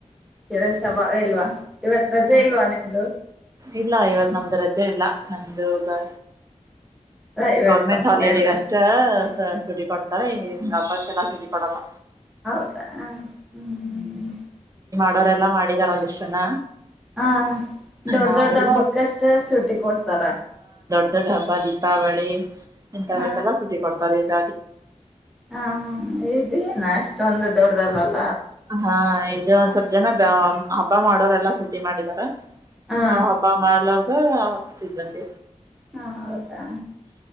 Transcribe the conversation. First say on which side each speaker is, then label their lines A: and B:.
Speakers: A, in the centre; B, on the right.
A: ಕೆಲಸ ಭಾಳ ಇಲ್ವಾ ಇವತ್ ರಜೆ
B: ಹ
A: ಇಲ್ವಾ ನಿಮ್ದು
B: ಇಲ್ಲ ಇವತ್ ನಮ್ದ್ ರಜೆ ಇಲ್ಲ ನಮ್ದುಗ
A: ಪ್ರೈವೇಟ್
B: ಗೌರ್ಮೆಂಟ್
A: ಕಂಪ್ನಿ
B: ಹಾಲಿಡಗ
A: ಅಲ್ಲ
B: ಅಷ್ಟ ಸುಟಿ ಕೊಡ್ತಾರೆ ಈ ಹಬ್ಬಕ್ಕೆಲ್ಲ ಸುಟಿ ಕೊಡಲ್ಲ
A: ಹೌದಾ ಹ ಹ್ಮ್ ಹ್ಮ್
B: ಅವಡೋರೆಲ್ಲಾ ಮಾಡಿದ್ದಾರೆ ಒಂದಿಷ್ಟ ಜನ
A: ಹಾ ದೊಡ್
B: ನಾವೆಲ್ಲ
A: ದೊಡ್ ಹಬ್ಬಕ್ಕಷ್ಟ ಸುಟಿ ಕೊಡ್ತಾರ
B: ದ ದೊಡ್ಡ ಹಬ್ಬ ದೀಪಾವಳಿ ಎಂತವೆಲ್ಲ
A: ಹ
B: ಸುಟ್ಟಿ ಕೊಡ್ತಾರೆಗ
A: ಹಾ ಇದು ಏನ ಅಷ್ಟೊಂದು ದೊಡ್ಡ್ದಲ್ಲಲ್ಲ
B: ಹಾ ಇದು ಒಂದ್ ಸ್ವಲ್ಪ ಜನ ಹಬ್ಬ ಮಾಡೋರೆಲ್ಲ ಸುಟಿ ಮಾಡಿದ್ದಾರೆ
A: ಹಾ
B: ನಾವ್ ಹಬ್ಬ ಮಾಡಲೋ ಹಾ ಆಫಿಸಗ ಬಂದಿ
A: ಹ ಹೌದಾ